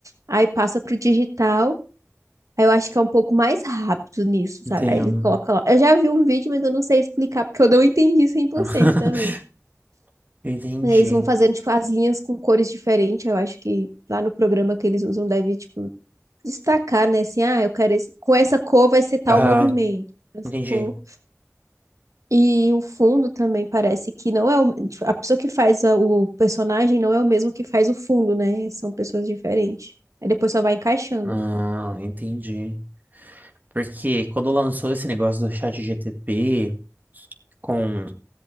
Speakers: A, on the right; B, on the right.
A: aí passa pro digital. Aí eu acho que é um pouco mais rápido nisso, sabe?
B: entendo.
A: Aí eles colocam lá. Eu já vi um vídeo, mas eu não sei explicar, porque eu não entendi 100%
B: <laughs>
A: também.
B: Entendi.
A: Eles vão fazendo, tipo, as linhas com cores diferentes. Eu acho que lá no programa que eles usam deve, tipo, destacar, né? Assim, ah, eu quero esse... com essa cor vai ser tal
B: Aham,
A: movimento. essa
B: entendi.
A: cor E o fundo também parece que não é o, tipo, a pessoa que faz a- o personagem não é o mesmo que faz o fundo, né? São pessoas diferentes. Aí depois só vai encaixando.
B: Ah, entendi. Porque quando lançou esse negócio do chat GTP com